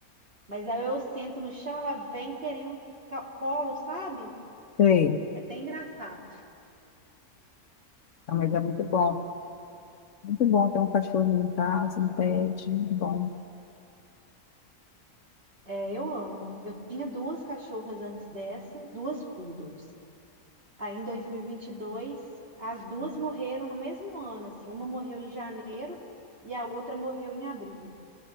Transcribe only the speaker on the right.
Mas aí eu sento no chão, ela vem querendo ca- colo, sabe?
É até engraçado.
É, eu amo. Eu tinha duas cachorras antes dessa, duas poodles. Aí em 2022, as duas morreram no mesmo ano, assim, uma morreu em janeiro e a outra morreu em abril.